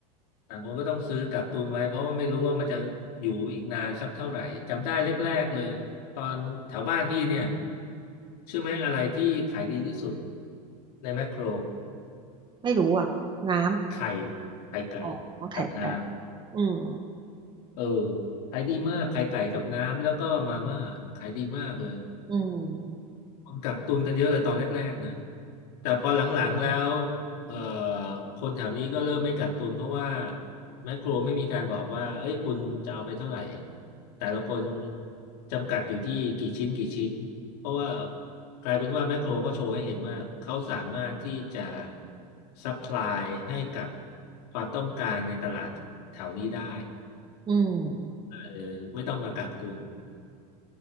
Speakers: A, on the left; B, on the right.
A: ต่างคนก็ต้องซื้อกักตุนไว้เพราะว่าไม่รู้ว่ามันจะอยู่อีกนานสักเท่าไหร่จำได้แรกๆเลยตอนแถวบ้านพี่เนี่ยเชื่อไหมอะไรที่ขายดีที่สุดในแมคโคร
B: ไม่รู้อ่ะน้
A: ไข่ไข่ไก่
B: ำอ๋อไข่ไก่
A: กับน้
B: อืม
A: ำเออขายดีมากไข่ไก่กับน้ำแล้วก็มาม่าขายดีมากเลย
B: อืม
A: กักตุนกันเยอะเลยตอนแรกๆนะแต่พอหลังๆแล้วเอ่อคนแถวนี้ก็เริ่มไม่กักตุนเพราะว่าแมคโครไม่มีการบอกว่าเอ้ยคุณจะเอาไปเท่าไหร่แต่ละคนจำกัดอยู่ที่กี่ชิ้นกี่ชิ้นเพราะว่ากลายเป็นว่าแมคโครเขาโชว์ให้เห็นว่าเขาสามารถที่จะซัพพลายให้กับความต้องการในตลาดแถวนี้ได้
B: อืม
A: เออไม่ต้องมากักตุน